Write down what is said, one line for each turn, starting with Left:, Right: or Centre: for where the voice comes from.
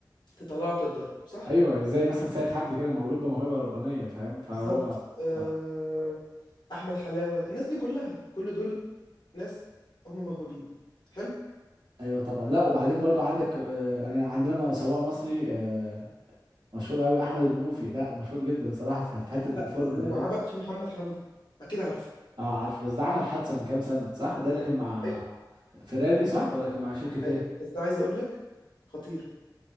Left: تطلعها وتتدرب صح؟
Right: ايوه زي مثلا سيد حمدي كده مولود بموهبة ربانية فاهم فهو
Left: بالظبط أه...
Right: ف...
Left: أحمد حلاوة الناس دي كلها كل دول ناس هم موهوبين حلو؟
Right: ايوه طبعا لا وبعدين برضو عندك آه، انا عندنا م- سواق مصري آه، مشهور قوي احمد المنوفي لا مشهور جدا صراحة في في حتة الفورمولا
Left: لا ومعاه
Right: دي
Left: بقى في محمد حمدي أكيد عارفه
Right: اه عارف بس ده عمل حادثة من كام سنة صح ده اللي كان مع
Left: أيوه
Right: فيراري صح ولا كان مع شركة
Left: أيوه
Right: ايه
Left: بس ده عايز أقول لك خطير